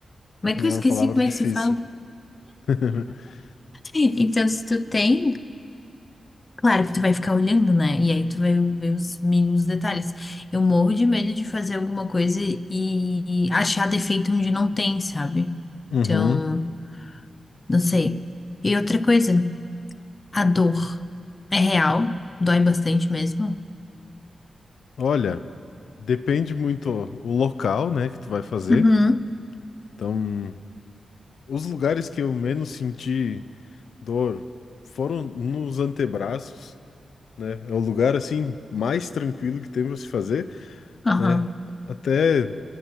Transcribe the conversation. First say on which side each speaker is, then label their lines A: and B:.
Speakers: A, on the left (about 30°); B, on the left (about 90°).
A: como é que
B: é
A: eu esqueci
B: uma palavra
A: como
B: difícil.
A: é que se fala?
B: <laughs>
A: Então, se tu tem, claro que tu vai ficar olhando, né? E aí tu vai ver os mínimos detalhes. Eu morro de medo de fazer alguma coisa e, e achar defeito onde não tem, sabe?
B: Uhum.
A: Então. Não sei. E outra coisa, a dor é real, dói bastante mesmo.
B: Olha, depende muito o local, né, que tu vai fazer.
A: Uhum,
B: Então, os lugares que eu menos senti dor foram nos antebraços, né? É o lugar assim mais tranquilo que tem pra se fazer.
A: aham.
B: né? Até